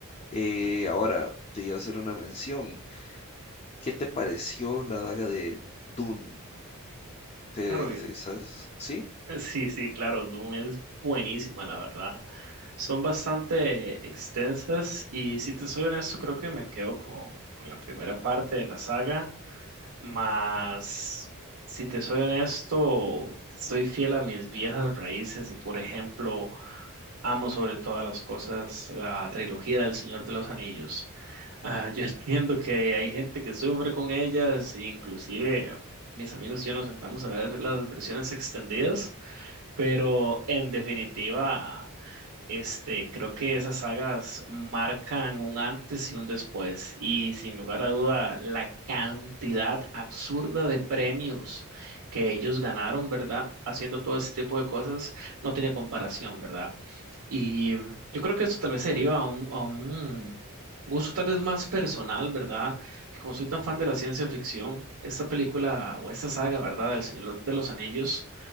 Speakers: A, on the left (about 30°); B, on the right (about 75°).
A: Eh, ahora, te iba a hacer una mención. ¿Qué te pareció la daga de Dune? ¿Te,
B: Claro,
A: te estás- ¿Sí?
B: Sí, sí, claro, Doom es buenísima, la verdad. Son bastante extensas y si te soy honesto, creo que me quedo con, con la primera parte de la saga, más si te soy honesto, soy fiel a mis viejas raíces y por ejemplo, amo sobre todas las cosas la trilogía del Señor de los Anillos. Ah, yo <laughs> entiendo que hay gente que sufre con ellas, inclusive mis amigos y yo nos sentamos a ver las versiones extendidas. Pero en definitiva, este, creo que esas sagas marcan un antes y un después. Y sin lugar a duda, la cantidad absurda de premios que ellos ganaron, ¿verdad? Haciendo todo ese tipo de cosas no tiene comparación, ¿verdad? Y yo creo que eso tal vez se deriva a un, a un gusto tal vez más personal, ¿verdad? Que como soy tan fan de la ciencia ficción, esta película o esta saga, ¿verdad? Del Señor de los Anillos